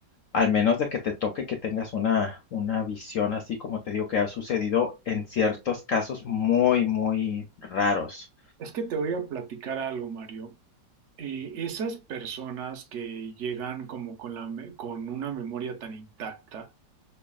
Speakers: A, on the left (about 65°); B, on the right (about 55°).
A: Al menos de que te toque que tengas una, una visión así, como te digo, que ha sucedido en ciertos casos muy, muy raros.
B: Es que te voy a platicar algo, Mario. Eh, esas personas que llegan como con la, me- con una memoria tan intacta,